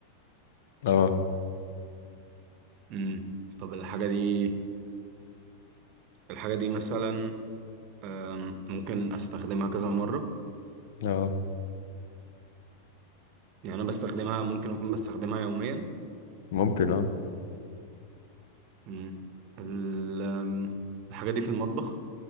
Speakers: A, on the left (about 55°); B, on the right (about 40°).
A: اه
B: أم... طب الحاجة دي الحاجة دي مثلا أم... ممكن استخدمها كذا مرة
A: اه
B: يعني انا بستخدمها ممكن اكون بستخدمها يوميا
A: ممكن اه
B: مم. ال- أم، الحاجة دي في المطبخ